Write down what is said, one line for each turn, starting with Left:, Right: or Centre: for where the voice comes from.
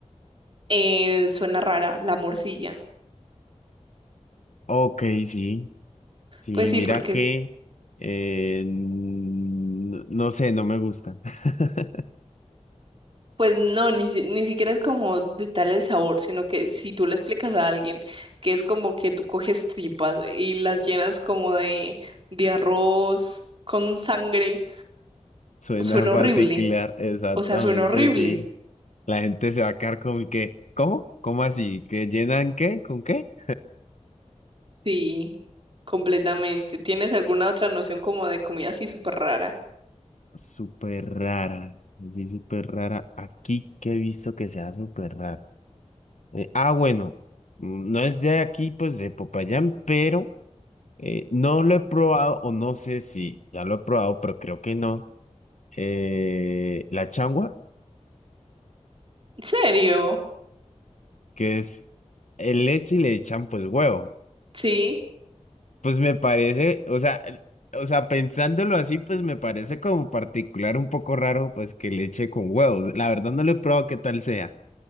Right: eh, suena rara la morcilla.
Left: Ok, sí, sí,
Right: Pues sí,
Left: mira
Right: porque
Left: que, eh, n- no sé, no me gusta. <laughs>
Right: Pues no, ni, si- ni siquiera es como de tal el sabor, sino que si tú le explicas a alguien que es como que tú coges tripas y las llenas como de, de arroz con sangre,
Left: Suena
Right: suena
Left: particular,
Right: horrible.
Left: exactamente,
Right: O sea, suena horrible.
Left: sí. La gente se va a quedar como que, ¿cómo? ¿Cómo así? ¿Que llenan qué? ¿Con qué?
Right: Sí, completamente. ¿Tienes alguna otra noción como de comida así súper rara?
Left: Súper rara. Sí, súper rara. Aquí que he visto que sea súper rara. Eh, ah, bueno. mm, No es de aquí, pues de Popayán, pero eh, no lo he probado, o no sé si ya lo he probado, pero creo que no. Eh, la changua,
Right: ¿En serio?
Left: que es el leche y le echan pues huevo.
Right: Sí,
Left: Pues me parece, o sea, el- o sea, pensándolo así, pues me parece como particular un poco raro, pues que leche con huevos. La verdad no lo he probado qué tal sea.